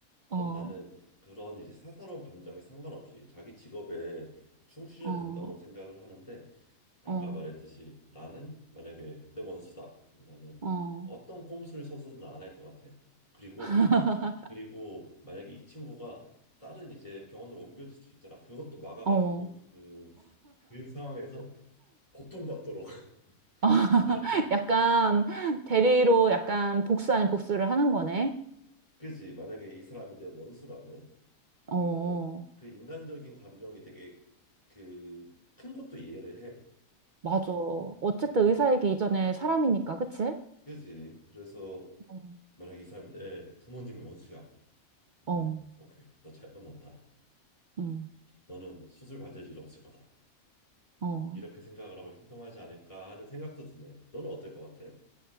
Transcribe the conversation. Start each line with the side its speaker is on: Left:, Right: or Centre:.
Left: 그럼
Right: 어,
Left: 나는 그런 이제 사사로운 감정에 상관없이 자기 직업에 충실해야
Right: 어,
Left: 된다고 생각을 하는데 아까
Right: 어,
Left: 말했듯이 나는 만약에 내 원수다 그럼 나는
Right: 어,
Left: 어떤 꼼수를 써서는 안 할 것 같아 그리고
Right: <laughs>
Left: 그리고 만약에 이 친구가 다른 이제 병원으로 옮겨질 수도 있잖아. 그것도 막아가지고
Right: 어.
Left: 그, 그 상황에서 고통받도록 <laughs>
Right: 어, <laughs>
Left: 그렇게.
Right: 약간 대리로 약간 복수 아닌 복수를 하는 거네.
Left: 그지? 만약에 이 사람이 내 원수라면
Right: 어,
Left: 나는 그 인간적인 감정이 되게 그 큰 것도 이해를 해.
Right: 맞아. 어쨌든
Left: 그래서
Right: 의사이기 이전에 사람이니까, 그치?
Left: 그지? 그래서
Right: 어,
Left: 만약에 이 사람이 내 부모님이 원수야. 그러면은
Right: 어,
Left: 오케이 너 잘 만났다.
Right: 응,
Left: 너는 수술 받을 일 없을 거다.
Right: 어.
Left: 이렇게 생각을 하고 행동하지 않을까 하는 생각도 드네. 너는 어떨 것 같아?